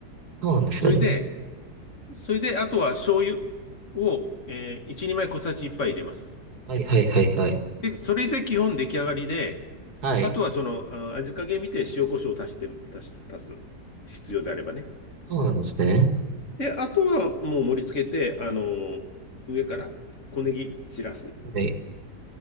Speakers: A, on the right; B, on the left.
A: そうなんですね。
B: それで、それで、あとは醤油を、えー、1、2枚小さじいっぱ杯入れます。
A: はいはいはいはい。
B: で、それで基本出来上がりで、
A: はい。
B: あとはその、あ味加減見て塩コショウを足して、足す、足す。必要であればね。
A: そうなんですね。
B: で、あとはもう盛り付けて、あのー上から小ネギ散らす。
A: はい。